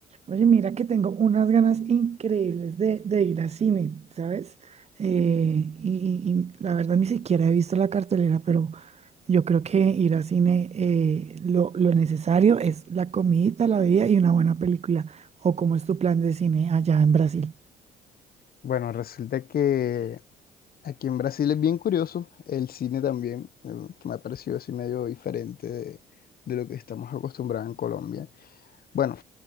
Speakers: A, on the right; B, on the left.
A: Oye, mira que tengo unas ganas increíbles de, de ir al cine, ¿sabes? Eh, y, y- y la verdad ni siquiera he visto la cartelera, pero yo creo que ir al cine eh, lo, lo necesario es la comidita, la bebida y una buena película. ¿O cómo es tu plan de cine allá en Brasil?
B: Bueno, resulta que aquí en Brasil es bien curioso, el cine también, eh, que me ha parecido así medio diferente de, de lo que estamos acostumbrados en Colombia. Bueno,